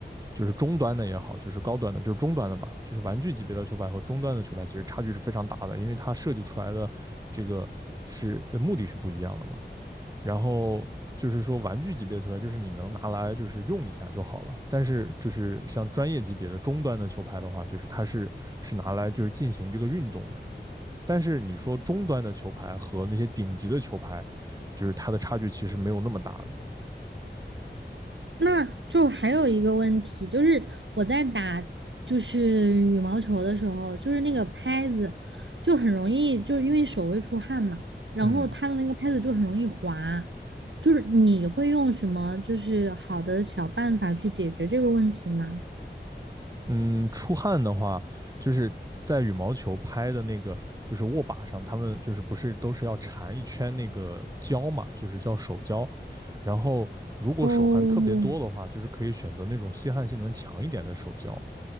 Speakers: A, on the right; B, on the right.
A: 就是中端的也好，就是高端的，就是中端的吧，就是玩具级别的球拍和中端的球拍其实差距是非常大的，因为它设计出来的这个是呃目的是不一样的嘛。然后就是说玩具级别的球拍，就是你能拿来就是用一下就好了。但是就是像专业级别的中端的球拍的话，就是它是是拿来就是进行这个运动的。但是你说中端的球拍和那些顶级的球拍，就是它的差距其实没有那么大的。
B: 那就还有一个问题，就是我在打就是羽毛球的时候，就是那个拍子就很容易，就是因为手会出汗嘛，然后它的那个拍子就很容易滑。
A: 嗯，
B: 就是你会用什么就是好的小办法去解决这个问题吗？
A: 嗯，出汗的话，就是在羽毛球拍的那个，就是握把上，他们就是不是都是要缠一圈那个胶嘛，就是叫手胶。然后如果手汗特别多的话，
B: 哦，
A: 就是可以选择那种吸汗性能强一点的手胶，